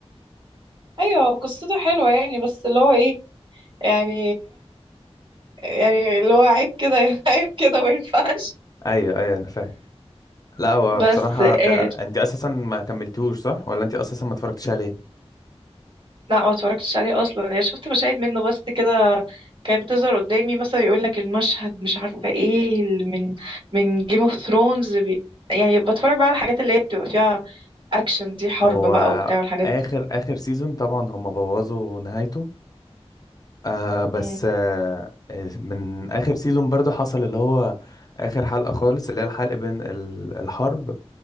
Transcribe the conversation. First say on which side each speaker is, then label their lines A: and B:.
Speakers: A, on the right (about 50°); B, on the left (about 35°).
A: ايوه هو قصته حلوة يعني بس اللي هو ايه يعني يعني اللي هو عيب كده <laughs> عيب كده ما ينفعش
B: ايوه ايوه انا فاهم لا هو
A: بس
B: بصراحه ك...
A: آه،
B: انت اساسا ما كملتوش صح ولا انت اساسا ما اتفرجتش عليه
A: لا ما اتفرجتش عليه اصلا يعني شفت مشاهد منه بس كده كانت بتظهر قدامي مثلا يقول لك المشهد مش عارفه ايه اللي من من جيم اوف ثرونز بي... يعني بتفرج بقى على الحاجات اللي هي بتبقى فيها اكشن دي حرب
B: هو
A: بقى وبتاع والحاجات
B: اخر
A: دي
B: اخر سيزون طبعا هم بوظوا نهايته آه بس
A: مم.
B: آه من اخر سيزون برضو حصل اللي هو اخر حلقة خالص اللي هي الحلقة بين ال- الحرب